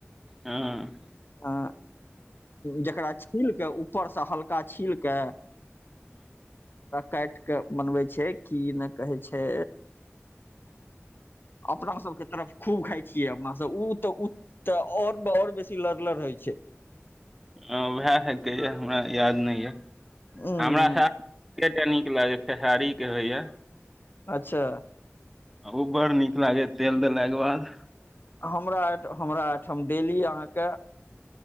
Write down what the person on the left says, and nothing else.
अ जकरा छीलके ऊपर से हल्का छील के काट के बनबै छै की ने कहे छै अपना सबके तरफ खूब खाई छियै अपना सब ओ तऽ ओ तऽ ओर ओर बेसी लड़ लड़ होइ छै
उंम्म
अच्छा
हमराठ हमरा एहिठाम डेली अहाँके